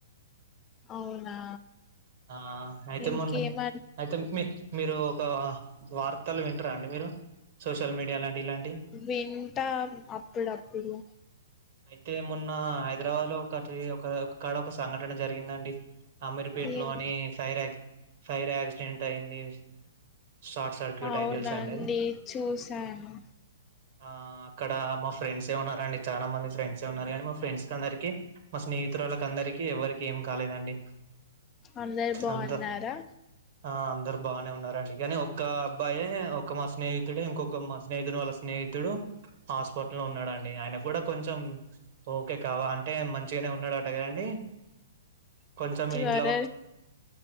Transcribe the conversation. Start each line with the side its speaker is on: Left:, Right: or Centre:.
Left: అవునా
Right: ఆ అయితే
Left: ఇంకేమ
Right: మొన్న అయితే మీ మీరు ఒక వార్తలు వి అండి మీరు సోషల్ మీడియా లాంటి ఇలాంటి
Left: వింటా అప్పుడప్పుడు
Right: అయితే మొన్న హైదరాబాద్ లో ఒకటి ఒక ఒకక్కడ ఒక సంఘటన జరిగిందండి ఇంట్లోని
Left: ఏం
Right: అని ఫైర్ క్ ఫైర్ యాక్సిడెంట్ అయింది షార్ట్ సర్క్యూట్
Left: అవునండి
Right: అయి తెలుసా అండి అది
Left: చూసాను
Right: ఆ అక్కడ మా ఫ్రెండ్స్ ఏ ఉన్నారుారండి చాలా మంది ఫ్రెండ్స్ ఏ ఉన్నారు కానీ మా ఫ్రెండ్స్ కందరికి మా స్నేహితురాలు అందరికీ ఎవరికి ఏం కాలేదండి
Left: అందరు బాగున్నారా
Right: అంత ఆ అందరు బాగానే ఉన్నారండి కాని ఒక్క అబ్బాయి ఒక మా స్నేహితుడు ఇంకొక మా స్నేహితుడు వాళ్ళ స్నేహితుడు హాస్పట లో ఉన్నాడండి ఆయన కూడా కొంచెం ఓకే కావా అంటే మంచిగానే ఉన్నాడు అటగదండి కొంచెం
Left: త్వర
Right: ఎన్